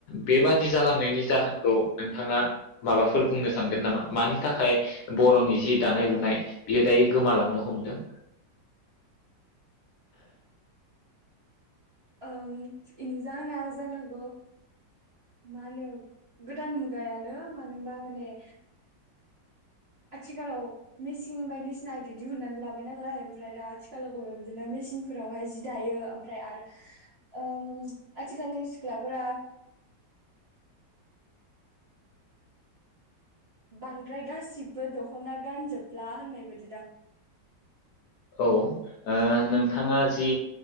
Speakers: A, on the left; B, on the right.
A: बेबाद जालांनायनि जाहोनखौ नोंथाङा माबाफोर बुंनो सानगोन नामा मानि थाखाय बर'नि जि दानाय लुनाय बियो दायो गोमालांनो हमदों ।
B: ओं बेनि जाहोना जानोहागौ मा होनो गोदान मुगायानो मानो होनबा माने आथिखालाव मेचिन बायदिसिना बिदि दिहुननानै लाबाय नालाय ओमफ्राय दा आथिखालाव बबेबा बिदिनो मेचिनफोरावहाय जि दायो ओमफ्राय आरो ओ आथिखालनि सिख्लाफोरा बांद्राय गासिबो दख'ना गानजोबला होननाय बादिदां
A: औ ओ नोंथाङा जि